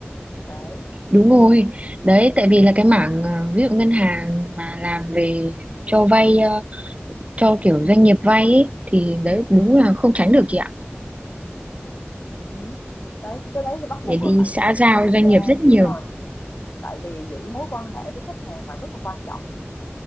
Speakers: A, on the left (about 50°); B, on the right (about 30°).
A: đấy
B: đúng rồi đấy tại vì là cái mảng ờ, ví dụ ngân hàng mà làm về cho vay ờ, cho kiểu doanh nghiệp vay ấy, thì đấy
A: ừ.
B: đúng là không tránh được chị ạ
A: ừ. đấy cái đấy thì bắt
B: để
A: buộc
B: đi
A: là phải
B: xã
A: đi
B: giao
A: ngoại
B: doanh
A: giao
B: nghiệp rất
A: đúng
B: nhiều
A: rồi tại vì giữ mối quan hệ với khách hàng mà rất là quan trọng mà